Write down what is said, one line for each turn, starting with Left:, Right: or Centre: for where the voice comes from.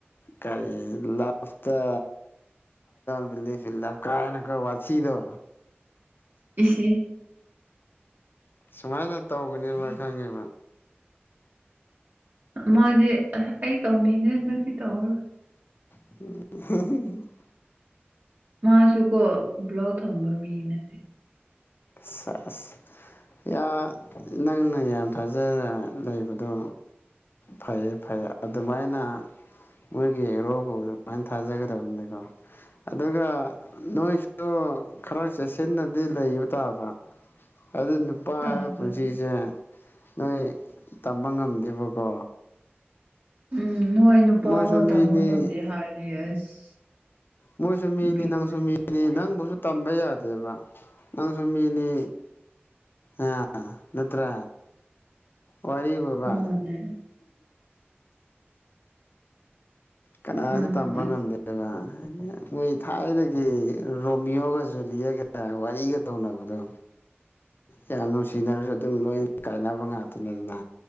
Left: ꯀꯔꯤ ꯂꯥꯁꯇ <unintelligible> ꯋꯥꯊꯤꯗꯣ
Right: ꯏꯁꯤ
Left: ꯁꯨꯃꯥꯏꯅ ꯇꯧꯒꯅꯦꯕ ꯈꯪꯉꯦꯕ
Right: ꯃꯣꯏꯗꯤ ꯑꯩ ꯇꯧꯅꯤꯡꯗꯦ ꯍꯟꯗꯛꯇꯤ ꯇꯧꯔꯔꯣꯏ
Left: <unintelligible>
Right: ꯃꯥꯁꯨꯀꯣ ꯕ꯭ꯂ‌ꯣꯛ ꯊꯝꯕ ꯃꯤꯅꯦ
Left: ꯁꯥꯁ ꯌꯤ ꯅꯪꯅ ꯌꯥꯝ ꯊꯥꯖꯔ ꯂꯩꯕꯗꯣ ꯐꯩꯌꯦ ꯐꯩꯌꯦ ꯑꯗꯨꯃꯥꯏꯅ ꯃꯣꯏꯒꯤ ꯍ‌ꯦꯔꯣꯕꯨ ꯑꯗꯨꯃꯥꯏꯅ ꯊꯥꯖꯒꯗꯕꯅꯤꯀꯣ ꯑꯗꯨꯒ ꯅꯣꯏꯁꯨ ꯈꯔ ꯆꯦꯛꯁꯤꯟꯅꯗꯤ ꯂꯩꯕ <unintelligible> ꯑꯗꯨ ꯅꯨꯄꯥ
Right: ꯇꯥꯕꯅꯦ
Left: ꯍꯥꯏꯕ ꯄꯨꯟꯁꯤꯁꯦ ꯅꯣꯏ ꯇꯝꯕ ꯉꯝꯗꯦꯕꯀꯣ
Right: ꯎꯝ ꯅꯣꯏ ꯅꯨꯄꯥꯐꯥꯎ
Left: ꯃꯣꯏꯁꯨ ꯃꯤꯅꯤ
Right: ꯇꯝꯕ ꯉꯝꯗꯦ ꯍꯥꯏꯔꯗꯤ ꯑꯁ
Left: ꯃꯣꯏꯁꯨ ꯃꯤꯅꯤ
Right: ꯅꯨꯄꯤꯈꯣꯏꯗꯤ
Left: ꯅꯪꯁꯨ ꯃꯤꯅꯤ ꯅꯪꯕꯨꯁꯨ ꯇꯝꯕ ꯌꯥꯗꯦꯕ ꯅꯪꯁꯨ ꯃꯤꯅꯤ ꯑꯥ ꯅꯠꯇ꯭ꯔ ꯋꯥꯔꯤꯕꯨꯕꯥ
Right: ꯃꯥꯅꯦ
Left: ꯀꯅꯥꯁꯨ
Right: ꯅꯪ
Left: ꯇꯝꯕ
Right: ꯑꯁ
Left: ꯉꯝꯗꯦ <unintelligible> ꯃꯣꯏ ꯊꯥꯏꯗꯒꯤ ꯔꯣꯃꯤꯌꯣꯒ ꯖꯨꯂꯤꯌꯥꯒ ꯋꯥꯔꯤꯒ ꯇꯧꯅꯕꯗꯣ ꯌꯥꯝ ꯅꯨꯡꯁꯤꯅꯔꯁꯨ ꯑꯗꯨꯝ ꯂꯣꯏꯅ ꯀꯥꯏꯅꯕ ꯉꯥꯛꯇꯅꯤꯗꯅ